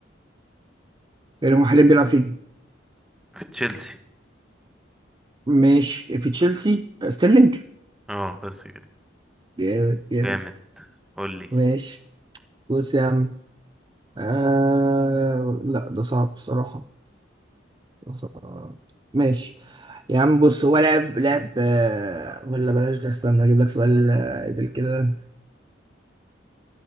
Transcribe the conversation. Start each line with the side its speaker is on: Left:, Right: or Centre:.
Right: يعني هم حاليا بيلعب فين
Centre: في تشيلسي
Right: ماشي في تشيلسي ستيرلينج
Centre: اه بس كده
Right: جامد جامد
Centre: جامد قولي
Right: ماشي بص يا عم آه... لا ده صعب الصراحة ده صعب. ماشي يا عم بص هو لعب لعب آه، ولا بلاش ده استنى اجيب لك سؤال آه، قبل كده